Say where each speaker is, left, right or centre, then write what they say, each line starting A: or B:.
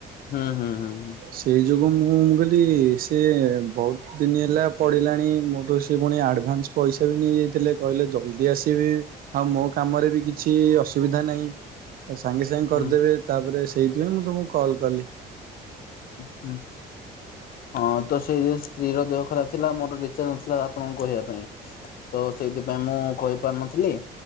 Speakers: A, on the left; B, on the right.
A: ହୁଁ ହୁଁ ହୁଁ ହଁ।
B: ସେଇ ଯୋଗୁ ମୁଁ ମୁଁ କହିଲି ସେିଏ ବହୁତ ଦିନ ହେଲା ପଡ଼ିଲାଣି ମୋଠୁ ସେ ପୁଣି ଆଡ଼ଭାନ୍ସ। ପଇସା ବି ନେଇଯାଇଥିଲେ କହିଲେ ଜଲ୍ଦି ଆସିବି। ଆଉ ମୋ କାମରେ ବି କିଛି ଅସୁବିଧା ନାହିଁ। ସାଙ୍ଗେ ସାଙ୍ଗେ କରିଦେବେ
A: ହୁଁ
B: ତାପରେ ସେଇଥିପାଇଁ ମୁଁ ତୁମକୁ କଲ୍ କଲି
A: ହୁଁ ହଁ ତ ସେଇ ସ୍ତ୍ରୀ ର ଦେହ ଖରାପ ଥିଲା ମୋର ରିଚାର୍ଜ ନଥିଲା ଆପଣଙ୍କୁ କହିବା ପାଇଁ। ତ ସେଇଥିପାଇଁ ମୁଁ କହିପାରୁନଥିଲି।